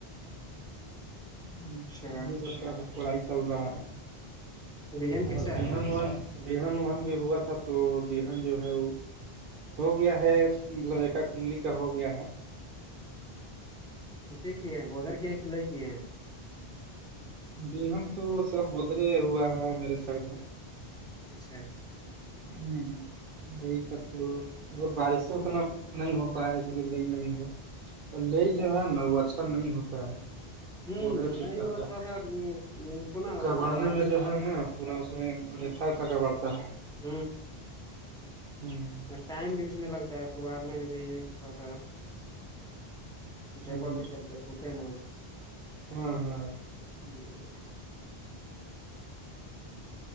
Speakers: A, on the right; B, in the centre.
A: ہ
B: اچھا
A: یہی سب کے ابھی کڑائی چل رہا ہے
B: بہن کیسا
A: اور بان
B: ہے
A: وہ بہان وہن بھی ہوا تھا تو بہان جو ہے وہ ہو گیا ہے مطلب ایکا کگلی کا ہو گیا ہے
B: اے کی ہے بازر کے سلائی کی ہے
A: بیہان تو سب ادھرے ہوا ہے میرے سائڈ میں
B: اچھا
A: ہوں لئی کا تو بارش سے اتنا نہیں ہو پایا اس لیے لئی نہیں ہوا اور لے جو ہے نا وہ اچھا نہیں ہوتا ہے
B: ہوں
A: ادھرے ٹھیک
B: لائری
A: رہتا
B: والا تھوڑا
A: ہے
B: سا اس کو نا
A: کبڑنے
B: بارنے میں
A: جو ہے
B: تھا
A: نا پورا اس میں تھک تھکا پڑتا ہے
B: <inaudible>
A: ہوں
B: ٹائم بھی اس میں لگتا ہے کبارنے میں بھی تھوڑا سا جبڑ
A: ہوں
B: کے چلتے ٹوٹے نا
A: ہاں ہاں
B: <inaudible>